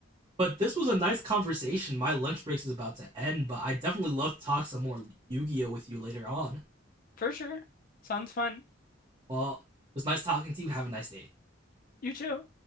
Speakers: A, on the right; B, on the left.
A: but this was a nice conversation. My lunch break is about to end, but I definitely love to talk some more Yu-Gi-Oh with you later on.
B: For sure. Sounds fun.
A: Well, it was nice talking to you. Have a nice day.
B: You too.